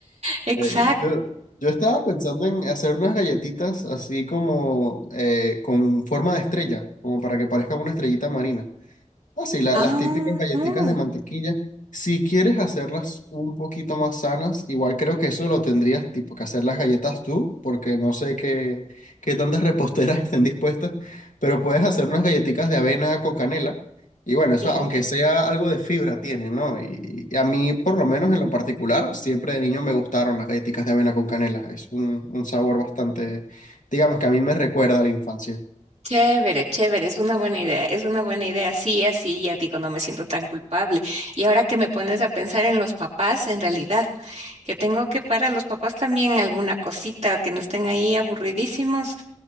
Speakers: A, on the right; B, on the left.
A: exacto.
B: Eh, yo, yo estaba pensando en hacer unas galletitas así como eh, con forma de estrella, como para que parezca una estrellita marina así la- las
A: Ajá.
B: típicas galletitas de mantequilla. Si quieres hacerlas un poquito más sanas, igual creo que eso lo tendrías tipo que hacer las galletas tú, porque no sé qué, qué tantas reposteras <laughs> estén dispuestas, pero puedes hacer unas galletitas de avena con canela. Y bueno,
A: Ya
B: eso aunque sea algo de fibra tiene, ¿no? Y, y a mí, por lo menos en lo particular, siempre de niño me gustaron las galletitas de avena con canela. Es un, un sabor bastante, digamos que a mí me recuerda a la infancia.
A: Chévere, chévere, es una buena idea, es una buena idea. Sí, así ya digo, no me siento tan culpable. Y ahora que me pones a pensar en los papás, en realidad, que tengo que para los papás también alguna cosita, que no estén ahí aburridísimos,